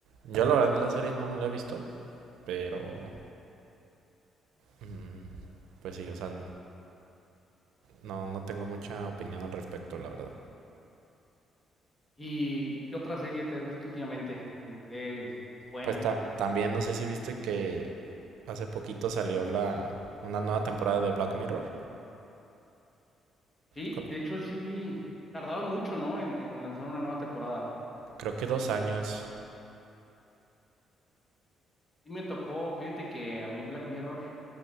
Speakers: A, on the right; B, on the left.
A: Yo la verdad la serie no me la he visto, pero mm, pues sí, o sea, no, no tengo mucha opinión al respecto, la verdad.
B: ¿Y qué otra serie te has visto últimamente que esté buena?
A: Pues ta- también no sé si viste que hace poquito salió la una nueva temporada de Black Mirror.
B: Sí,
A: Co-
B: de hecho sí, tardaron mucho, ¿no? En, en lanzar una nueva temporada.
A: Creo que dos años.
B: Sí me tocó, fíjate que a mí Black Mirror,